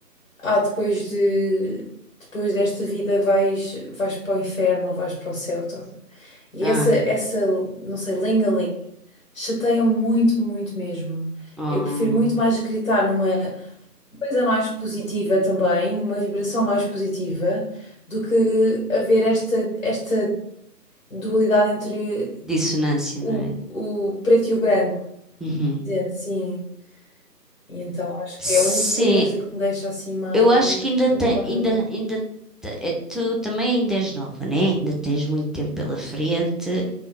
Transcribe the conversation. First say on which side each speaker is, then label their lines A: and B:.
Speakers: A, on the left (about 50°); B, in the centre.
A: ah, depois de depois desta vida vais vais para o inferno, ou vais para o céu. tá? E
B: Ah,
A: essa essa não sei, lenga-lenga, chateia-me muito, muito mesmo.
B: oh,
A: Eu prefiro muito mais acreditar numa coisa mais positiva também, numa vibração mais positiva, do que haver esta esta dualidade entre
B: dissonância,
A: o,
B: não é?
A: o preto e o branco.
B: Uhum.
A: Dizendo sim. E então acho
B: Sim,
A: que é a única coisa que me deixa assim mais.
B: Eu acho que ainda
A: Não
B: tem,
A: vale
B: ainda,
A: a pena.
B: ainda te- eh, tu também ainda és nova, né? Ainda tens muito tempo pela frente